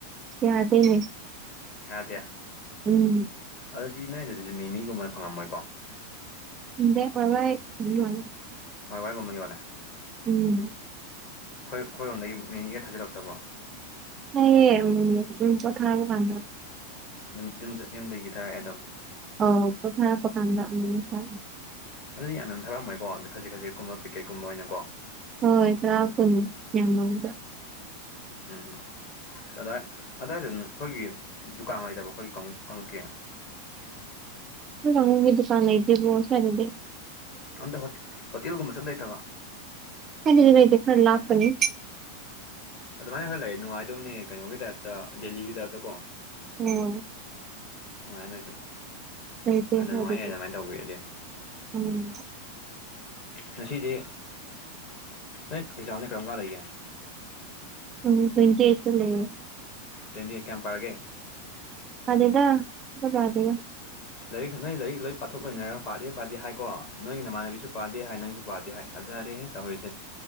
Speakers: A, on the right (about 25°); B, on the left (about 45°).
A: ꯌꯥꯗꯦꯅꯦ
B: ꯌꯥꯗꯦ
A: ꯎꯝ
B: ꯑꯗꯨꯗꯤ ꯅꯣꯏꯗꯗꯤ ꯃꯤꯃꯤ ꯒꯨꯝꯕ ꯐꯪꯉꯝꯃꯣꯏꯀꯣ
A: <unintelligible>
B: ꯍꯣꯏ ꯋꯥꯏꯒꯨꯝꯕ ꯌꯣꯂꯥ
A: ꯎꯝ
B: ꯣꯏ ꯑꯩꯈꯣꯏꯔꯣꯝꯗꯒꯤ ꯃꯤ ꯃꯤꯒ ꯊꯥꯖꯤꯜꯂꯛꯇꯕ꯭ꯔꯣ
A: ꯅ ꯀꯊ ꯍꯥꯏ ꯂꯥꯟꯗ꯭ꯔ
B: ꯌ ꯌꯨꯝ ꯌꯨꯝꯗꯒꯤ ꯊꯥꯔꯛꯑꯦ ꯑꯗꯨꯝ
A: ꯑꯣ ꯀꯊꯥ ꯐ ꯀꯥꯡꯗ ꯎ ꯐ
B: ꯑꯗꯨꯗꯤ ꯌꯥꯝ ꯌꯥꯝ ꯊꯥꯛꯝꯃꯣꯏꯀꯣ ꯑꯗ ꯈꯖꯤꯛ ꯈꯖꯤꯛꯀꯨꯝꯕ ꯄꯤꯛꯀꯦꯠꯀꯨꯝꯕ ꯑꯣꯏꯅꯀꯣ
A: ꯍꯣꯏ ꯇ꯭ꯔꯀ ꯌꯥꯝꯃꯗ
B: ꯎꯝ ꯎꯝ ꯑꯁ ꯑꯏ ꯑꯋꯥꯏꯗꯅ ꯑꯩꯈꯣꯏꯒꯤ ꯗꯨꯀꯥꯟ ꯍꯥꯏꯇꯕ ꯑꯩꯈꯣꯏꯒꯤ ꯀꯥꯡꯂꯨꯞꯀꯤ
A: ꯉꯒꯤ ꯗꯨꯀꯥꯟ ꯏꯗꯦꯕꯣꯁꯥꯗꯦ
B: ꯑꯗ ꯍꯣ ꯍꯣꯇꯦꯜꯒꯨꯝꯃꯁꯗ ꯑꯇꯕ
A: ꯀꯩꯅꯗꯤ ꯉꯩꯗꯤ ꯈꯜꯂ ꯑꯩ
B: ꯑꯗꯨꯃꯥꯏꯅ ꯈꯔ ꯂꯩ ꯅꯨꯡꯉꯥꯏꯗꯕꯅꯦ ꯀꯩꯅꯣꯒꯤ ꯇꯥꯏꯞꯇ ꯗꯦꯜꯂꯤꯒꯤ ꯇꯥꯏꯞꯇ ꯀꯣ
A: ꯎꯝ
B: ꯅꯨꯡꯉꯥꯏ ꯅꯣꯏꯁꯨ
A: ꯂꯩꯇꯦ
B: ꯐꯅ ꯅꯨꯡꯉꯥꯏ
A: ꯍꯥꯏꯕꯗꯤ
B: ꯌꯥꯏ ꯑꯗꯨꯃꯥꯏꯅ ꯇꯧꯕꯤꯔꯗꯤ
A: ꯎꯝ
B: ꯉꯁꯤꯗꯤ ꯅꯪ ꯑꯦꯛꯖꯥꯝꯗ ꯀꯔꯝ ꯀꯥꯟ ꯂꯩꯒꯦ
A: ꯎꯝ ꯇ꯭ꯋꯦꯟꯇꯤ ꯑꯩꯠꯇ ꯂꯩꯌꯦ
B: <unintelligible> ꯗꯤ ꯀꯌꯥꯝ ꯄꯔꯒꯦ
A: ꯄꯗꯦꯗ ꯀꯗꯥꯏꯗꯩꯅꯣ
B: ꯂꯥꯏꯛ <unintelligible> ꯅꯩ ꯂꯥꯏꯛ ꯂꯣꯏ ꯄꯥꯊꯣꯛ ꯂꯤ ꯄꯥꯗꯦ ꯄꯥꯗꯦ ꯍꯥꯏꯀꯣ ꯅꯣꯏꯒꯤ ꯅꯃꯥꯟꯅꯕꯤꯁꯨ ꯄꯥꯗꯦ ꯍꯥꯏ ꯅꯪꯁꯨ ꯄꯥꯗꯦ ꯍꯥꯏ ꯐꯖꯥꯔꯦ ꯍꯦ ꯇꯧꯔꯤꯁꯦ